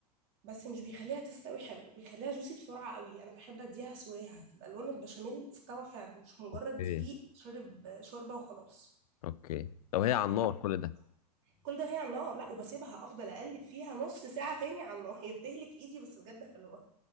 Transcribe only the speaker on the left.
اوكي
اوكي لو هي على
النار كل ده